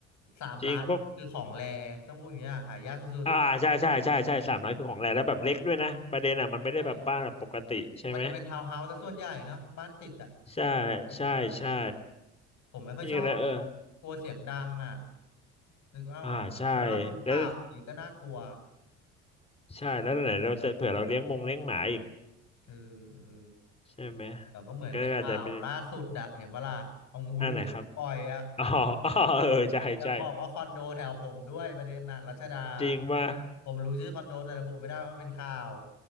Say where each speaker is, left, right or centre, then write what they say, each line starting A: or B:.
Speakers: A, on the left; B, on the left.
A: สามล้านคือของแรต้องพูดอย่างเงี้ยหายากสุด
B: จริงพวกอ่าใช่ใช่ใช่ใช่สามร้อยคือของแรงแล้วแบบเล็กด้วยนะประเด็นอ่ะมันไม่ได้แบบบ้านแบบปกติใช่ไหม
A: ๆใช่ใช่มันจะเป็นทาวน์เฮาส์ซะส่วนใหญ่เนอะบ้านติดอ่ะ
B: ใช่
A: ติดกันเลย
B: ใช่ใช่
A: ผมไม่ค่อยชอบไง
B: พี่ก็เลยเออ
A: กลัวเสียงดังอ่ะคือว่าแบบแล้วเราดูข่าวอย่างนี้ก็น่ากลัว
B: อ่าใช่แล้วใช่แล้วไหนเราจะเผื่อเราเลี้ยงมงเลี้ยงหมาอีก
A: เออเออ
B: ใช่ไหม
A: แต่ก็เหมือนในข่าวล่าสุดอะเห็นปะล่ะเอางูเหลือมปล่อยอะ
B: มันก็อาจจะเป็นอันไหนครับ อ๋อ <laughs> อ๋อเออใช่ใช่
A: อยากบอกว่าคอนโดแถวผมด้วยประเด็นน่ะรัชดา
B: จริงป่ะ
A: ผมรู้ชื่อคอนโดแต่ระบุไม่ได้เพราะมันเป็นข่าว